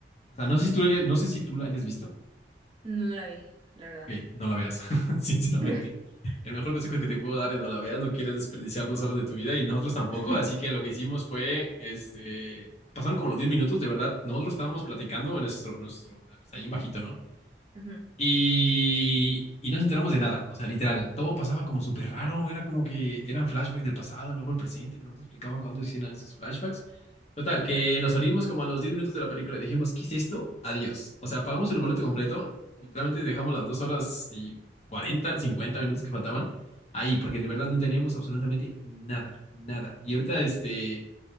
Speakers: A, on the left; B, on the right.
A: o sea, no sé si tú, la hayas- no sé si tú la hayas visto.
B: No, no la vi, la verdad.
A: Ok, no la veas, <laughs> sinceramente.
B: <laughs>
A: El mejor consejo que te puedo dar es no la veas, no quieres desperdiciar dos horas de tu vida y nosotros tampoco,
B: <laughs>
A: así que lo que hicimos fue, este, pasaron como los 10 minutos, de verdad, nosotros estábamos platicando en nuestro, nuestro, pues, ahí en bajito, ¿no?
B: Ajá,
A: Y, y no nos enteramos de nada. O sea, literal, todo pasaba como súper raro. Era como que eran flashbacks del pasado, luego el presente, pero no te explicaban cuándo hicieron esos flashbacks. Total,
B: ajá.
A: que nos salimos como a los 10 minutos de la película y dijimos, ¿qué es esto? Adiós. O sea, pagamos el boleto completo. Literalmente dejamos las 2 horas y 40 50 minutos que faltaban ahí, porque de verdad no teníamos absolutamente nada, nada. Y ahorita, este,